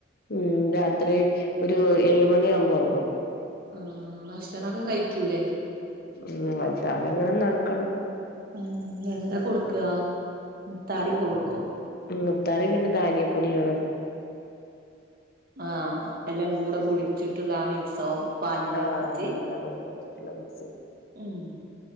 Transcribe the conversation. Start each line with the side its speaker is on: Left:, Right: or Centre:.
Left: ഉം രാത്രി ഒരു ഏഴ് മണിയാമ്പോ ഒറങ്ങും.
Right: ആഹ് ഭക്ഷണൊക്ക കഴിക്കൂലേ?
Left: ഉം വൈതാലങ്ങനെ നടക്കണം.
Right: ഉം എന്താ കൊട്ക്കാ മുത്താറിക്ക കൊടു
Left: ഉം മുത്താറീം പിന്നെ ധാന്യം. പൊടികള്
Right: ആ എല്ലാം കൂടെ പൊടിച്ചിട്ടുള്ള ആ മിക്സോ? പാലിലാക്കിട്ട്
Left: ആഹ് എല്ലാം കൂടെ പൊടിച്ചിട്ടുള്ള മിക്സ്
Right: ഉം